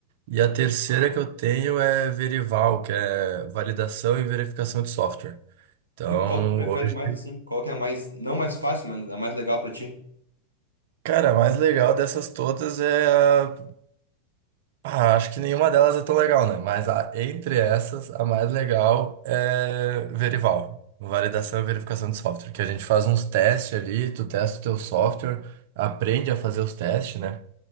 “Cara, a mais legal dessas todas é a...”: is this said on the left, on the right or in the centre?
Right